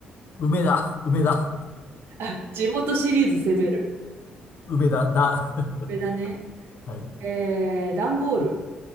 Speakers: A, on the left; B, on the right.
A: 梅だ、梅だ、
B: あ、地元シリーズ攻める。
A: 梅だ、だ。<laughs>
B: これだね。
A: はい。
B: えー、段ボール。